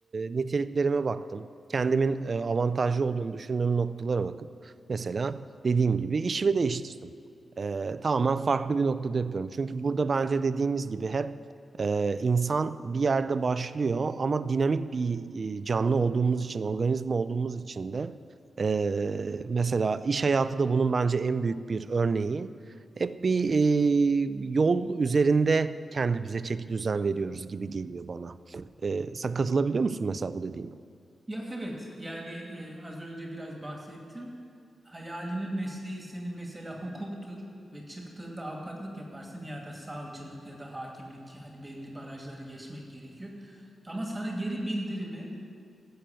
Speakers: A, on the right (about 50°); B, on the right (about 20°).
A: niteliklerime baktım. Kendimin e, avantajlı olduğunu düşündüğüm noktalara bakıp mesela dediğim gibi işimi değiştirdim. E, tamamen farklı bir noktada yapıyorum. Çünkü burada bence dediğimiz gibi hep ee, insan bir yerde başlıyor ama dinamik bir e, canlı olduğumuz için, organizma olduğumuz için de e, mesela iş hayatı da bunun bence en büyük bir örneği. Hep bir e, yol üzerinde kendimize çeki düzen veriyoruz gibi geliyor bana. Ee, sen katılabiliyor musun mesela bu dediğime?
B: Ya evet yani e, az önce biraz bahsettim. Hayalinin mesleği senin mesela hukuktur ve çıktığında avukatlık yaparsın ya da savcılık ya da hakimlik ki hani belli barajları geçmek gerekiyor. Ama sana geri bildirimi